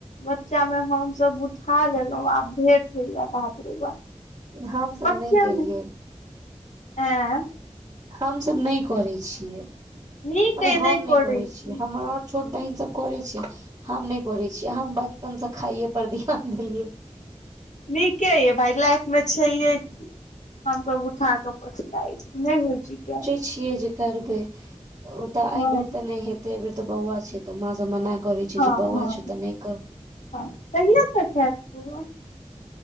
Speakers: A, on the left; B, on the right.
A: बच्चा मे हम-सब उठा लेलहुँ आब भेंट होइया बाप रे बाप।
B: हमसभ
A: बच्चे
B: नहि केलियै
A: में आँ।
B: हम-सब नै करै छियै
A: नीक
B: मने
A: अइ
B: हम
A: नहि
B: नै करै
A: छी
B: छियै हमर और। छोट बहिन सब करे छै, हम नै करे छियै हम बचपन से खाइे पर ध्यान देलियै।
A: नीके ये भाय लाइफ मे छैहेकि हमस उठाके पछताई छी, नै होइ छै कैल।
B: छिये जे करबे ओ तऽ
A: हँ
B: एबर ते नहि हेते ए बेर तऽ बौआ छै तऽ माँ सब मना करै छै
A: हँ
B: जे बौआ
A: -
B: छौ तऽ नहि कर
A: हँ कहिय तक हैत बौआ।